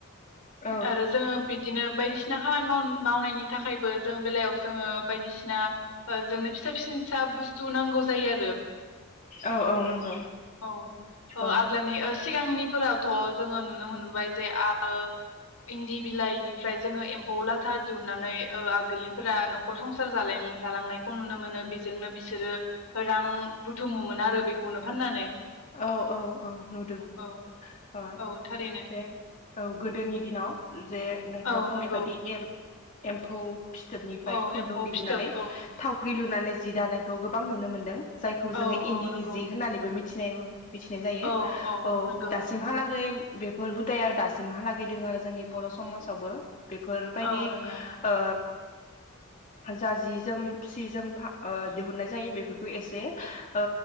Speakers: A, on the left; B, on the left.
A: औ
B: आरो जोङो बिदिनो बायदिसिना खामानि माव मावनायनि थाखायबो जों बेलायाव जोङो बायदिसिना ओ जोंनो फिसा फिसि फिसा बुस्थु नांगौ जायो आरो
A: औ औ नंगौ
B: औ ओ
A: औ
B: आग्लानि ओ सिगांनि फोरावथ जोङो नुनो मोनबोबाय जे ओ इन्दि बिलाइनिफ्राय जोङो एम्फौ लाथा दिहोननानै ओ आगोलनिफ्रा नखर संसार जालांनायखौ नुनो मोनो बिजोंनो बिसोरो रां बोथोमो मोन। आरो बेखौनो फाननानै
A: औ औ औ नुदों
B: औ
A: ओ
B: औ थारैनो
A: ऐक औ गोदोनि दिनाव जे नोंथाङा
B: औ
A: बुंनाय
B: नंगौ
A: बायदि एम एम्फौ फिथोबनिफ्राय
B: औ
A: खुन्दुं
B: एम्फौ
A: दिहुननानै
B: फिथोब औ
A: थाव <unintelligible> लुनानै जि दानायखौ गोबां नुनो मोनदों जायखौ जोङो
B: औ
A: इन्दिनि
B: औ नंगौ
A: जि होननानैबो मिथि <unintelligible> मिथिनाय जायो
B: औ
A: औ
B: नंगौ
A: दासिमहालागै बेफोर हुदाया दासिमहालागै दोङो आरो जोंनि बर' समाजावबो बेफोरबायदि
B: औ नंगौ
A: ओ उम जा जि जोम सि जोम ओ दिहुननाय जायो बेफोरखौ एसे ओ